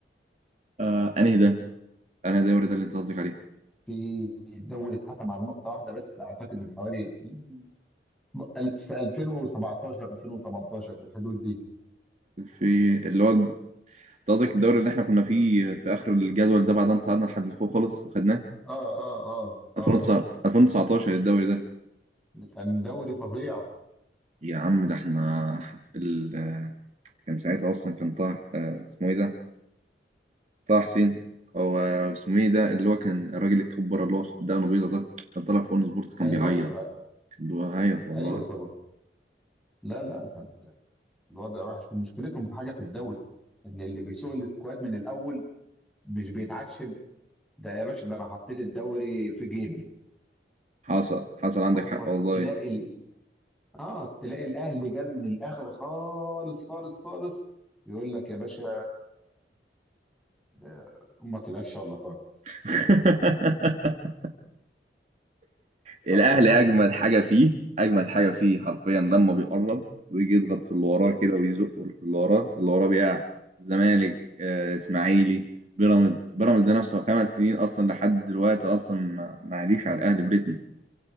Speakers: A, on the right (about 40°); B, in the centre.
A: آه انهي ده انا الدوري ده اللي انت قصدك عليه
B: في الدوري اتحسم على نقطة واحدة بس أعتقد من حوالي من ال- في 2017 2018 في الحدود دي
A: في اللي هو انت قصدك الدوري اللي احنا كنا فيه في اخر الجدول ده بعد ما صعدنا لحد لفوق خالص وخدناه
B: اه اه اه اه
A: 2019 2019 الدوري ده
B: كان دوري فظيع
A: يا عم ده احنا ال... كان ساعتها اصلا كان طه آه، اسمه ايه ده طه حسين هو اسمه ايه ده اللي هو كان الراجل الكبره اللي هو دقنه بيضه ده كان طالع في اون سبورت كان
B: ايوه
A: بيعيط
B: ايوه آه.
A: كان بيعيط والله
B: ايوه طبعا لا لا كان الوضع وحش ومشكلتهم في حاجة في الدوري إن اللي بيسوق السكواد من الأول مش بيتعشم ده يا باشا ده أنا حطيت الدوري في جيبي
A: حصل حصل عندك
B: هوبا
A: حق والله
B: تلاقي ال... اه تلاقي الأهلي جه من الآخر خالص خالص خالص يقول لك يا باشا ده امك القشه ولا طارق
A: <laughs> الاهلي
B: اه والله
A: اجمد حاجه فيه اجمد حاجه فيه حرفيا لما بيقرب ويجي يضغط في اللي وراه كده ويزق في اللي وراه اللي وراه بيقع زمالك آه، اسماعيلي بيراميدز بيراميدز ده نفسه خمس سنين اصلا لحد دلوقتي اصلا ما ما عاديش على الاهلي بريتم